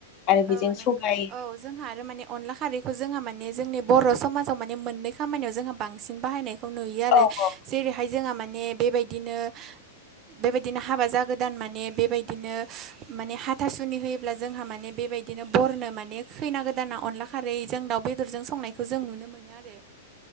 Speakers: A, on the left; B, on the right.
A: आरो
B: औ
A: बेजों
B: नंगौ
A: सबाय
B: औ जोंहा आरो माने अनला खारैखौ जोंहा माने जोंनि बर' समाजाव माने मोननै खामानियाव जोंहा बांसिन बाहायनाय खौ नुयो आरो
A: औ औ
B: जेरैहाय जोंहा माने बेबायदिनो बेबायदिनो हाबा जागोदान माने बेबायदिनो माने हाथासुनि होयोब्ला जोंहा माने बेबायदिनो बरनो माने खैना गोदाना अनला खारै जों दाउ बेदरजों संनायखौ जों नुनो मोनो आरो।